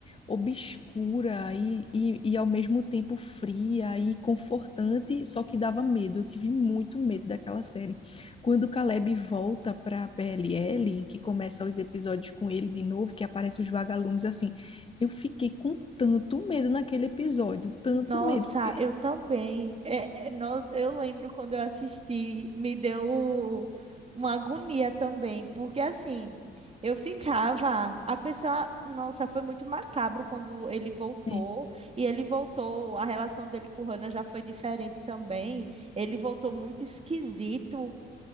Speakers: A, on the left; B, on the right.
A: obscura e, e, e ao mesmo tempo fria e confortante, só que dava medo. Eu tive muito medo daquela série. Quando o Caleb volta para a PLL, que começa os episódios com ele de novo, que aparecem os vagalumes assim, eu fiquei com tanto medo naquele episódio, tanto
B: Nossa,
A: medo, porque
B: eu também. É, é, nós, eu lembro quando eu assisti, me deu uma agonia também, porque assim, eu ficava, a pessoa, nossa, foi muito macabro quando ele voltou,
A: sim,
B: e ele voltou, a relação dele com o Hannah já foi diferente também. Ele voltou muito esquisito,